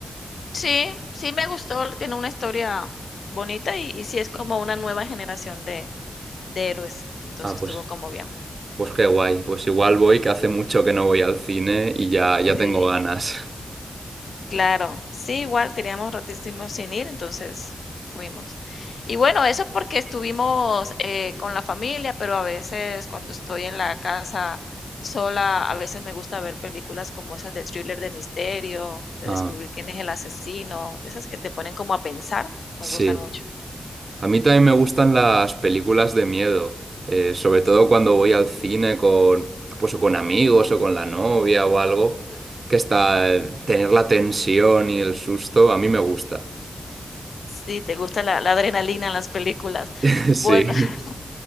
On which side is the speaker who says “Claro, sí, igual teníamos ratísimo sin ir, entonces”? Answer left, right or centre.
Left